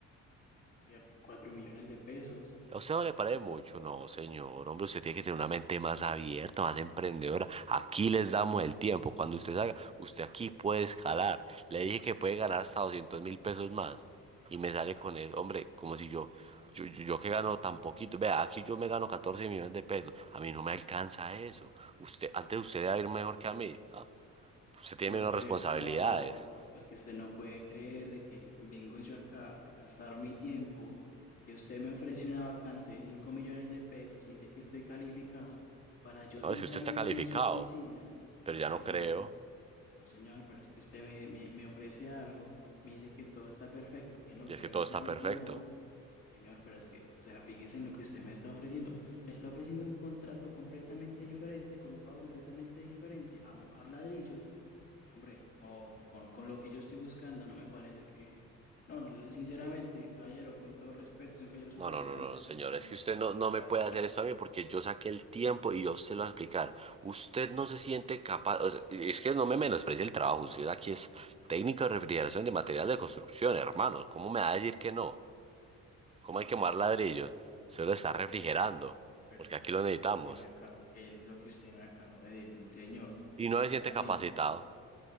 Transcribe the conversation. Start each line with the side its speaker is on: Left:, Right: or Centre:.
Left: Señora, hay 4 millones de pesos
Right: A usted no le parece mucho, no, señor. Hombre, usted tiene que tener una mente más abierta, más emprendedora. Aquí les damos el tiempo. Cuando usted salga, usted aquí puede escalar. Le dije que puede ganar hasta doscientos mil pesos más. Y me sale con eso, hombre, como si yo, yo, yo, yo que gano tan poquito. Vea, aquí yo me gano 14 millones de pesos. A mí no me alcanza eso. Usted, antes usted le va a ir mejor que a mí. ¿ah? Usted tiene
Left: Pero es
Right: menos
Left: que
Right: responsabilidades.
Left: no, no, es que usted no puede creer de que vengo yo acá a gastar mi tiempo, que usted me ofrece una vacante de 5 millones de pesos, me dice que estoy calificado para yo
Right: No,
Left: sentarme
Right: si usted está calificado,
Left: aquí en su oficina.
Right: pero
Left: No,
Right: ya no
Left: señor,
Right: creo.
Left: no, señor, pero es que usted me, me, me ofrece algo, me dice que todo está perfecto, que no,
Right: Y
Left: que
Right: es que
Left: alguien
Right: todo está
Left: ya lo
Right: perfecto.
Left: tomó, Señor, pero es que, o sea, fíjese en lo que usted me está ofreciendo. Me está ofreciendo un contrato completamente diferente, con un pago completamente diferente, a mojar ladrillos. Que hombre, no, no, con, con lo que yo estoy buscando, no me parece que... No, le- sinceramente, caballero, con todo respeto, es un caballero súper
Right: No, no,
Left: elegante,
Right: no, no, señor.
Left: pero no,
Right: Es
Left: no,
Right: que usted
Left: no
Right: no,
Left: le
Right: no
Left: puedo
Right: me puede
Left: adoptar.
Right: hacer esto a mí porque yo saqué el tiempo y yo se lo voy a explicar. Usted no se siente capaz. o sea, y es que no me menosprecie el trabajo. Usted aquí es técnico de refrigeración de material de construcción, hermanos. ¿Cómo me va a decir que no? ¿Cómo
Left: No,
Right: hay que
Left: hombre,
Right: mover ladrillos? Usted lo está
Left: pero
Right: refrigerando
Left: es que eso es, pero
Right: porque
Left: es
Right: aquí
Left: que eso
Right: lo
Left: es
Right: necesitamos.
Left: lo que usted me acaba, es lo que usted me acabó de decir, señor, mojar
Right: Y no se siente
Left: ladrillos.
Right: capacitado.